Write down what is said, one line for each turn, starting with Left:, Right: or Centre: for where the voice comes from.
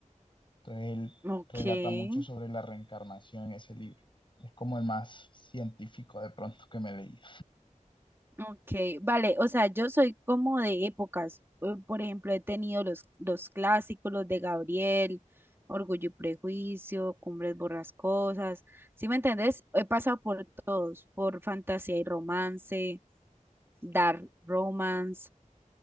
Left: Entonces él
Right: ok.
Left: relata mucho sobre la reencarnación en ese libro. Es como el más científico de pronto que me leí.
Right: Ok, vale, o sea, yo soy como de épocas. eh, Por ejemplo, he tenido los, los clásicos, los de Gabriel, Orgullo y Prejuicio, Cumbres Borrascosas. ¿Sí me entendés? He pasado por todos, por fantasía y romance, dark romance,